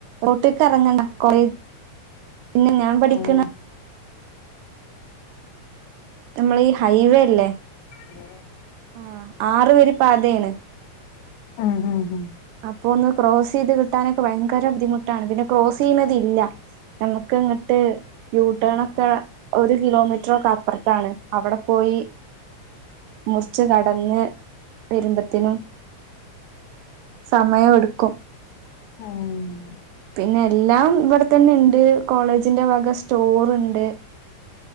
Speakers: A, on the right; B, on the left.
A: റോട്ട്ക്ക് എറങ്ങണ്ട കൊറെ പിന്നെ ഞാൻ പഠിക്ക്ണ
B: ഉം
A: നമ്മള ഈ ഹൈവേ ല്ലേ?
B: ഉം.
A: ആ ആറു വരി പാതേണ്.
B: ഹ്മ് ഹ്മ് ഹ്.
A: അപ്പൊ ഒന്ന് ക്രോസയ്ത് കിട്ടാനൊക്കെ ഭയങ്കര ബുദ്ധിമുട്ടാണ് പിന്നെ ക്രോസയ്യുണതില്ല. നമുക്കങ്ങട്ട്. യൂട്ടേൺ ഒക്കെ ഒരു കിലോമീറ്ററൊക്കെ അപ്പൊർത്താണ് അവിടെ പോയി. മുറിച്ച് കടന്ന് വെരുമ്പത്തിനും. സമയ എടുക്കും.
B: ആഹ്.
A: പിന്നെ എല്ലാം ഇവിടെ തന്നെ ഇണ്ട് കോളേജിന്റെ വക സ്റ്റോർ ഇണ്ട്.